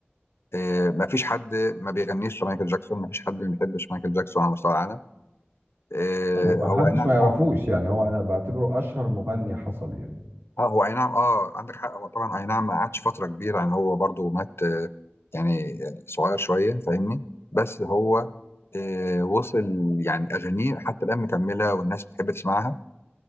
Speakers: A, on the left; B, on the right.
A: آه، ما فيش حد ما بيغنيش مايكل جاكسون ما فيش حد ما بيحبش مايكل جاكسون على مستوى العالم آه،
B: وما
A: او
B: حدش
A: انا
B: ما يعرفوش
A: آه،
B: يعني هو انا بعتبره اشهر مغني حصل يعني
A: اه هو اي نعم اه عندك حق هو طبعا اي نعم ما قعدش فتره كبيره يعني هو برضو مات آه، يعني آه، صغير شويه فاهمني بس هو آه، وصل يعني اغانيه حتى الان مكمله والناس بتحب تسمعها